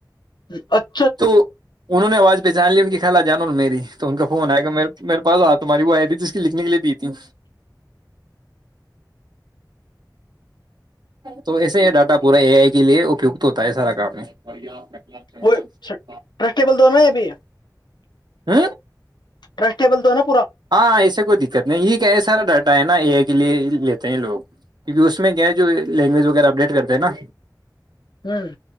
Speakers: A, on the left; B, on the right.
A: ہ اچھ
B: تو انہوں نے ب پہچان لی ان کی خال جانا میری تو ان کا فون آئے میرے پا تاری وہ آئی تھی جس کی لکھنے کے لیے تھی تو ایسے یہ ڈاٹا پورا اے آئی کے لیےت ہوتا ہے سارا کام اھا
A: وہ ٹرسٹیبل دونوں ہے ابھی
B: ہ
A: ٹسٹیبل دونوں
B: ہاں ایسے کوئی دقت نہیں یہ کیا یہ سارا ڈاٹا ہے نا اے آئی کے لی لیتے ہیں لوگ کیکہ اس میں کیا ہے جو لینگویج وغیرہ اپڈیٹ کرتے ہیں نا
A: ہوں